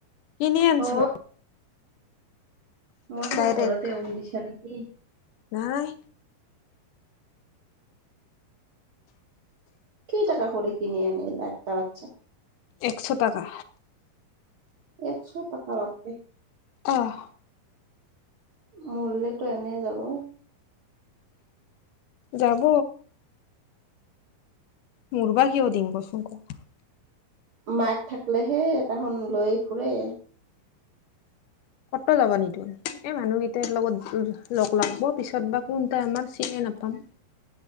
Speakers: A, on the left; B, on the right.
A: কিনি আনছে।
B: অ মই ভবা,
A: ডাইৰেক্ট
B: ঘৰতে উম দিছা নেকি?
A: নাই।
B: কেইটাকা কৰি কিনি আনিলা একটা বাচ্ছা?
A: একশ টাকা।
B: একশ টকা বাপৰে!
A: আহ
B: মৰলেতো এনেই যাব!
A: যাব। মৰবা কিয়া দিম কচোন ক?
B: মাক থাকলেহে তাহন লৈ ফুৰে।
A: কতো যাব নিদো, এই মানুহকেইটাৰ লগত লগ লাগ'ব, পিছত বা কোনটাই আমাৰ, চিনাই নাপাম।